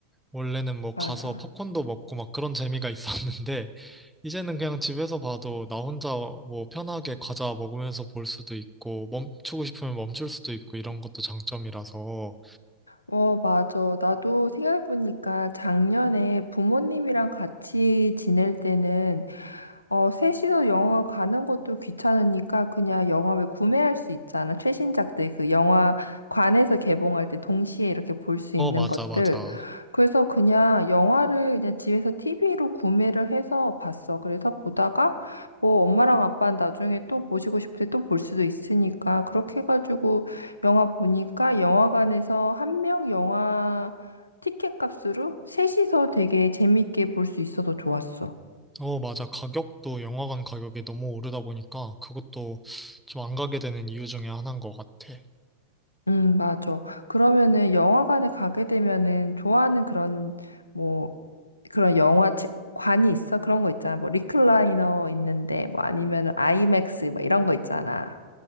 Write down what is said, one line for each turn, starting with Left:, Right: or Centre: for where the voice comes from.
Centre: 원래는 뭐
Left: 맞아.
Centre: 가서 팝콘도 먹고 막 그런 재미가 있었는데, <laughs> 이제는 그냥 집에서 봐도 나 혼자 뭐 편하게 과자 먹으면서 볼 수도 있고, 멈추고 싶으면 멈출 수도 있고, 이런 것도 장점이라서.
Left: 어, 맞아. 나도 생각해보니까 작년에 부모님이랑 같이 지낼 때는, 어, 셋이서 영화관 가는 것도 귀찮으니까 그냥 영화 왜 구매할 수 있잖아. 최신작들, 그 영화관에서 개봉할 때 동시에 이렇게 볼 수
Centre: 어,
Left: 있는
Centre: 맞아,
Left: 것들.
Centre: 맞아.
Left: 그래서 그냥 영화를 그냥 집에서 TV로 구매를 해서 봤어. 그래서 보다가 뭐 엄마랑 아빠는 나중에 또 보시고 싶을 때 또 볼 수도 있으니까 그렇게 해가지고 영화 보니까 영화관에서 한 명 영화 티켓 값으로 셋이서 되게 재밌게 볼 수 있어서 좋았어.
Centre: 어, 맞아. 가격도 영화관 가격이 너무 오르다 보니까 그것도 좀 안 가게 되는 이유 중에 하나인 것 같아.
Left: 음, 맞아. 그러면은 영화관에 가게 되면은 좋아하는 그런 뭐 그런 영화 책 관이 있어? 그런 거 있잖아. 뭐 리클라이너 있는데 뭐 아니면은 아이맥스 막 이런 거 있잖아.